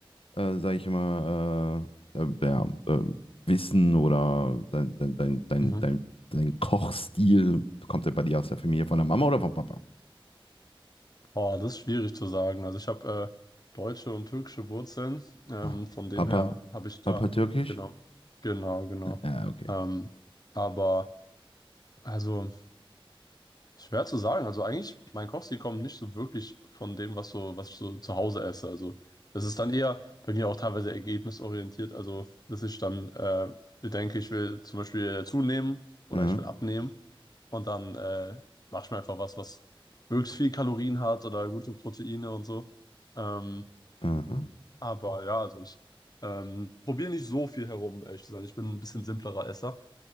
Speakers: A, on the left; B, on the left.
A: äh, sag ich mal, äh, äh, ja, äh, Wissen oder dein, dein, dein, dein,
B: Mhm.
A: dein, dein Kochstil, kommt der bei dir aus der Familie von der Mama oder vom Papa?
B: Oh, das ist schwierig zu sagen. Also ich habe äh, deutsche und türkische Wurzeln. Ähm,
A: Ah,
B: von dem
A: Papa?
B: her habe ich da,
A: Papa türkisch?
B: genau, genau, genau.
A: Ja, okay.
B: Ähm, aber also. Schwer zu sagen. Also eigentlich, mein Kochstil kommt nicht so wirklich von dem, was so, was ich so zu Hause esse. Also es ist dann eher bei mir auch teilweise ergebnisorientiert. Also dass ich dann äh, bedenke, ich will zum Beispiel äh, zunehmen oder
A: Mhm.
B: ich will abnehmen und dann äh, mache ich mir einfach was, was möglichst viel Kalorien hat oder gute Proteine und so. Ähm,
A: Mhm.
B: aber ja, also ich ähm, probiere nicht so viel herum, ehrlich zu sein. Ich bin ein bisschen simplerer Esser.